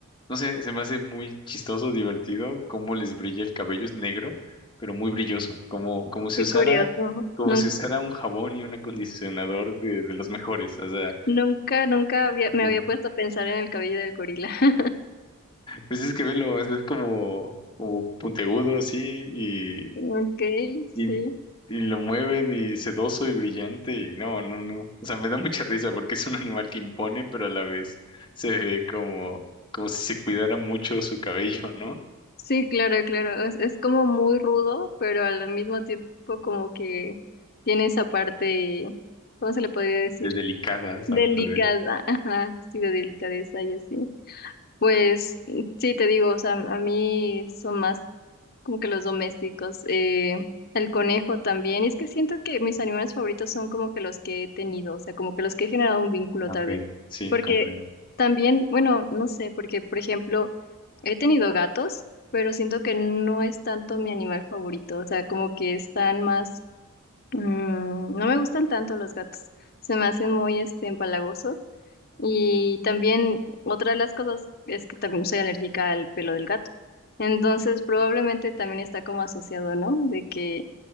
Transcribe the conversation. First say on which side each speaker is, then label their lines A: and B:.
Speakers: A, on the left; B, on the left.
A: no sé, se me hace muy chistoso, divertido, cómo les brilla el cabello, es negro, pero muy brilloso, como, como si
B: Qué
A: usara,
B: curioso.
A: como
B: Nun-
A: si usara un jabón y un acondicionador de, de los mejores, o sea,
B: Nunca, nunca había,
A: Entiendo.
B: me había puesto a pensar en el cabello del gorila. <laughs>
A: pues es que velo, es, es como, como puntiagudo así, y,
B: Ok,
A: y,
B: sí.
A: y lo mueven y sedoso y brillante, y no, no, no, o sea, me da mucha risa porque es un animal que impone, pero a la vez se ve como, como si se cuidara mucho su cabello, ¿no?
B: Sí, claro, claro. Es, es como muy rudo, pero al mismo tiempo como que tiene esa parte, ¿cómo se le podría decir?
A: de delicadas,
B: Delicada,
A: tal, tal vez.
B: ajá, sí, de delicadeza y así. Pues sí, te digo, o sea, a mí son más como que los domésticos, eh, el conejo también. Y es que siento que mis animales favoritos son como que los que he tenido, o sea, como que los que he generado un vínculo
A: Ah,
B: tal
A: Ok,
B: vez.
A: sí,
B: Porque
A: comprendo.
B: también, bueno, no sé, porque por ejemplo, he tenido gatos, pero siento que no es tanto mi animal favorito, o sea, como que están más Mm, no me gustan tanto los gatos, se me hacen muy este, empalagosos. Y también otra de las cosas es que también soy alérgica al pelo del gato. Entonces probablemente también está como asociado, ¿no? De que